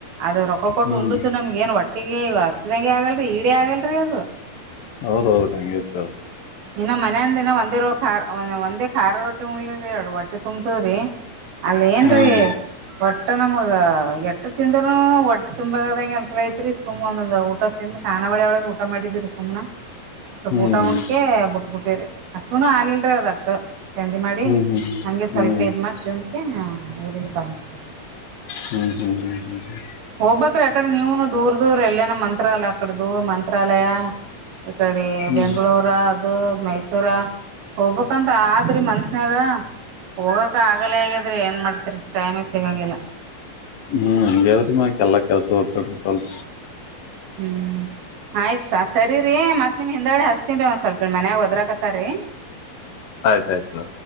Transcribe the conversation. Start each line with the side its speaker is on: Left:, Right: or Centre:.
Right: ಅದು ರೊಕ್ಕ ಕೊಟ್ಟು
Left: ಹ್ಮ್
Right: ಉಂಡ್ದು ನಮ್ಗ ಏನ್ ಒಟ್ಟಿಗೆ ಹತ್ತದಂಗೆ ಆಗಲ್ರರಿ ಈಡೇ ಆಗಲ್ರರಿ ಅದು.
Left: ಹೌದ ಹೌದು ಹಿರ್ತ.
Right: ಇನ್ನ ಮನಂದಿನ ಒಂದೇ ರಿ ಖಾರ್ ಒಂದೇ ಖಾರ ರೊಟ್ಟಿ ಉಣ್ಲಿರಿ ಎ ರಟ್ಟಿ ತುಂಬತದ್ರಿ. ಅಲ್ಲ ಏನ್ರೀ.
Left: ಹ್ಮ್
Right: ಹೊಟ್ಟೆ ನಮಗ ಎಟ್ಟ ತಿಂದ್ರರು ಒಟ್ಟಿ ತುಂಬದಂಗಗೆ ಅನ್ಸಲೈತ್ರಿ ಸುಮ್ ಒಂದೊಂದ ಊಟ ತಿಂದ ಕಖಾನ ಬಳಿ ಒಳ ಊಟ ಮಾಡಿದಿರಿ ಸುಮ್ನ ಸ್ವಪ
Left: ಹ್ಮ್
Right: ಊಟ ಉಂಡಿ. ಬುಟ್ಟಬುಟ್ಟಿ ರರಿ ಹಸುನು ಆಲ್ಲ್ರೀ ಅದಟ್ಟ. ಚೇಂಜ್ ಮಾಡಿ
Left: ಹ್ಮ್ ಹ್ಮ್
Right: ನನಗೆ ಸ್ವಲ್ಪ
Left: ಹ್ಮ್
Right: ಇದು ಮಾಡಿ ತಿಂದಕ ಇರಿಗೆ ಬಂದುಬಿಟ್.
Left: ಹ್ಮ್ ಹ್ಮ್ ಹ್ಮ್ ಹ್ಮ್ ಹ್ಮ.
Right: ಹೋಗ್ಬೇಕ್ರಿ ಅಕಡೆ ನೀವನು ದೂರ್ ದೂರ ಎಲ್ಲೇನ ಮಂತ್ರಾಲಯ ಅಕಡೆ ದೂರ್ ಮಂತ್ರಾಲಯ. ಈ ಕಡೆ
Left: ಹ್ಮ್
Right: ಬೆಂಗಳೂರು. ಅದು ಮೈಸೂರ ಹೋಗ್ಬೇಕಂತ ಆದ್ರಿ ಮನ್ಸನ್ಯಾಗ. ಹೋಗಕ ಆಗಲ ಹೇಗಿದ್ರಿ ಏನ್ ಮಾಡ್ತರಿ ಟೈಮೇ ಸಿಗಂಗಿಲ್ಲ.
Left: ಹ್ಮ್ ಹಂಗದ್ರಿ ಮಕ ಎಲ್ಲಾ ಕೆಲಸ ಹರ್ತಾಡತಲ್.
Right: ಹ್ಮ್ ಆಯ್ತ್ಸ ಸರಿ ಮತ್ ನಿಮ್ ಹಿಂದಾಡಿ ಹಸ್ತನ್ ಒಂದ್ ಸ್ವಲ್ಪ ಮನ್ಯಾಗ ಹೊದ್ರಕತಾರಿ.
Left: ಆಯ್ತಾಯ್ತು ಮ.